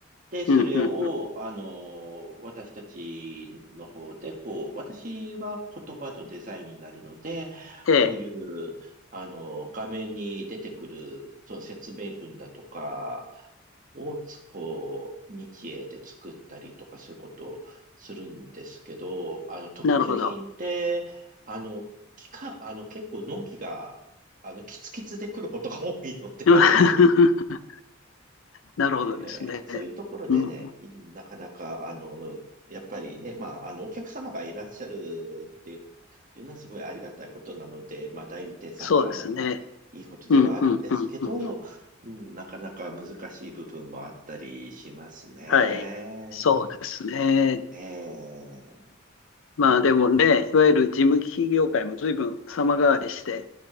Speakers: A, on the right (about 40°); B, on the left (about 70°).
A: で、それを、
B: うん、うん、うん。
A: あの、私たちの方で、こう、私は言葉のデザインになるので、
B: ええ、
A: そういう、あの、画面に出てくる、その説明文だとかをつ、こう、日英で作ったりとか、そういうことをするんですけど、あの、特注品って、
B: なるほど。
A: あの、期間、あの、結構納期が、あの、キツキツで来ることが多いので、
B: <laughs> なるほどですね。
A: えーそういうところでね、
B: うん、
A: いなかなか、あの、やっぱりね、まあ、あの、お客様がいらっしゃるっていういうのはすごいありがたいことなので、まあ、代理店さんがあるのはいいことではあるんですけど、
B: そうですね。うん、うん、うん、うん。
A: うん、なかなか難しい部分もあったりしますね。
B: はい。そうですね。
A: えー
B: まあでもね、いわゆる事務機器業界も随分様変わりして、